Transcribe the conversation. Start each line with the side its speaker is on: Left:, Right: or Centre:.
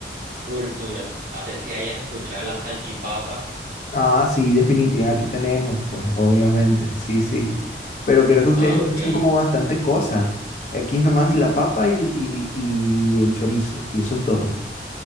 Right: cultural, no sé si hayas escuchado la salchipapa.
Left: Ah, sí, definitiva, aquí tenemos, pues, obviamente, sí, sí. Pero creo que
Right: Ah,
Left: ustedes le
Right: ok.
Left: echan como bastante cosa. Aquí es nomás la papa y, y, y el chorizo, y eso es todo.